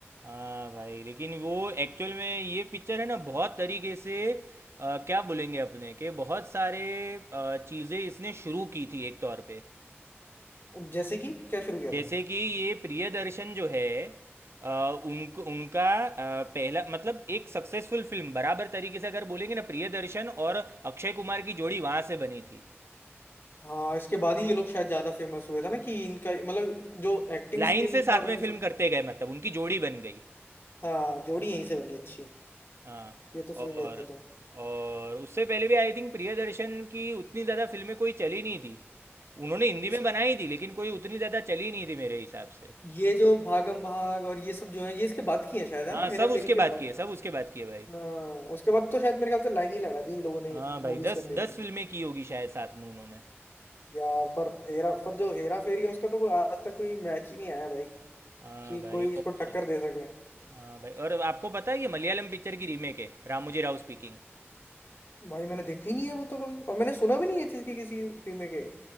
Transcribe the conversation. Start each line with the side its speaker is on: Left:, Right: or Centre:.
Right: हाँ भाई लेकिन वो एक्चुअल में ये पिक्चर है ना बहुत तरीके से अ, क्या बोलेंगे अपने के बहुत सारे अ, चीज़ें इसने शुरू की थी एक तौर पे
Left: जैसे कि क्या शुरू किया
Right: जैसे
Left: था
Right: कि ये प्रियदर्शन जो है अ, उनको उनका अ, पहला मतलब एक सक्सेसफुल फिल्म बराबर तरीके से अगर बोलेंगे ना प्रियदर्शन और अक्षय कुमार की जोड़ी वहां से बनी थी
Left: हाँ इसके बाद ही ये लोग शायद ज्यादा फेमस हुए था ना कि इनका मतलब जो एक्टिंग
Right: लाइन
Left: स्किल
Right: से साथ
Left: और
Right: में
Left: वो
Right: फिल्म
Left: सब
Right: करते गए मतलब उनकी जोड़ी बन गई
Left: हाँ जोड़ी यहीं से बनी अच्छी
Right: हाँ
Left: ये तो सही
Right: और
Left: कह रहे हो तुम
Right: और उससे पहले भी आई थिंक प्रियदर्शन की उतनी ज़्यादा फिल्में कोई चली नहीं थी उन्होंने हिंदी
Left: इस
Right: में बनाई थी लेकिन कोई उतनी ज़्यादा चली नहीं थी मेरे हिसाब से
Left: ये जो भागम भाग और ये सब जो है ये इसके बाद की है शायद है
Right: हाँ
Left: ना हेरा
Right: सब
Left: फेरी
Right: उसके
Left: के
Right: बाद
Left: बाद
Right: किए सब उसके बाद किए भाई
Left: हाँ, उसके बाद तो शायद मेरे ख्याल से लाइन ही लगा दी इन लोगों ने
Right: हाँ भाई
Left: मूवीज
Right: दस
Left: करने
Right: दस
Left: की
Right: फिल्में की होगी शायद साथ में उन्होंने
Left: यार पर हेरा पर जो हेरा फेरी है उसका तो कोई आज तक कोई मैच ही नहीं आया भाई
Right: हाँ
Left: कि
Right: भाई
Left: कोई इसको
Right: और
Left: टक्कर दे सके
Right: हाँ भाई और आपको पता है ये मलयालम पिक्चर की रीमेक है रामोजी राव स्पीकिंग
Left: भाई मैंने देखी नहीं है वो तो कभी और मैंने सुना भी नहीं है इस चीज की किसी टीम में के